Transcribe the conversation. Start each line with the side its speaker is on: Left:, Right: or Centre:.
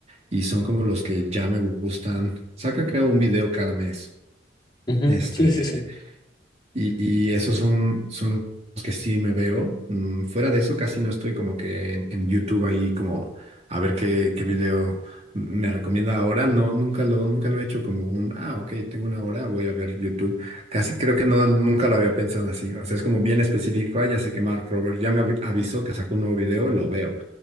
Right: y son como los que ya me gustan. Saca, creo, un video cada mes.
Left: Ujú,
Right: Este.
Left: Sí, sí, sí.
Right: Y, y esos son, son los que sí me veo. Mm, fuera de eso, casi no estoy como que en, en YouTube ahí como a ver qué, qué video me recomienda ahora. No, nunca lo, nunca lo he hecho como un, ah, ok, tengo una hora, voy a ver YouTube. Casi creo que no, nunca lo había pensado así. O sea, es como bien específico. Ah, ya sé que Mark Robert ya me avi- avisó que sacó un nuevo video y lo veo.